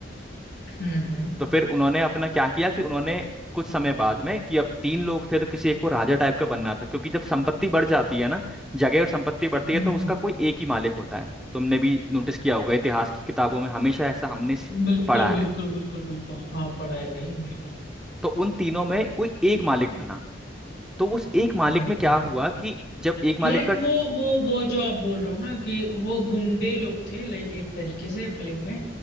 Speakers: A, on the left; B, in the centre.
A: हम्म हम्म
B: तो फिर उन्होंने अपना क्या किया कि उन्होंने कुछ समय बाद में कि अब तीन लोग थे तो किसी एक को राजा टाइप का बनना था क्योंकि जब संपत्ति बढ़ जाती है ना जगह और संपत्ति बढ़ती
A: हम्म,
B: है तो उसका
A: हम्म,
B: कोई एक ही मालिक होता है तुमने भी नोटिस किया होगा इतिहास की किताबों में हमेशा ऐसा हमने स-
A: बिल्कुल
B: पढ़ा
A: बिल्कुल
B: है
A: बिल्कुल बिल्कुल हाँ पढ़ा है भाई बिल्कुल
B: तो उन तीनों में कोई एक मालिक बना तो उस एक मालिक
A: हम्म
B: में क्या
A: हम्म
B: हुआ कि जब एक मालिक
A: लाइक
B: का
A: वो वो वो जो आप बोल रहे हो ना कि वो गुंडे लोग थे लाइक एक तरीके से फिल्म में